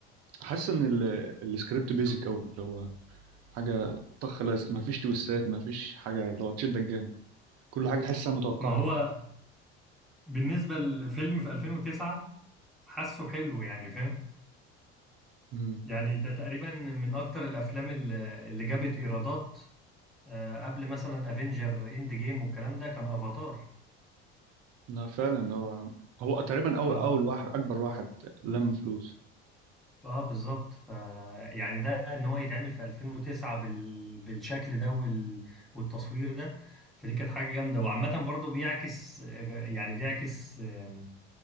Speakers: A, on the right (about 50°); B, in the centre.
A: حاسس ان ال- السكريبت بيزك قوي اللي هو حاجه طخ لازق مفيش تويستات مفيش حاجه اللي هو تشدك جامد كل حاجه تحسها متوقعه
B: ما هو
A: كده
B: بالنسبة للفيلم في 2009 حاسه حلو يعني فاهم
A: امم
B: يعني ده تقريبا من اكتر الافلام اللي اللي جابت ايرادات آه، قبل مثلا افنجر اند جيم والكلام ده كان افاتار
A: لا فعلا هو هو تقريبا اول
B: اه
A: اول واحد اكبر واحد لم فلوس
B: اه بالظبط ف يعني ده ان هو يتعمل في 2009 بال... بالشكل ده وال... والتصوير ده فدي كانت حاجه جامده وعامه برضو بيعكس آه، يعني بيعكس آم،